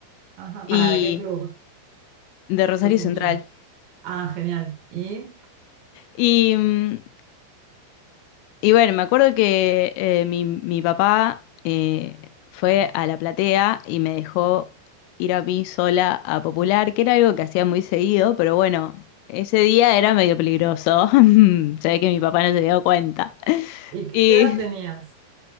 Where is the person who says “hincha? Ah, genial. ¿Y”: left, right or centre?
Right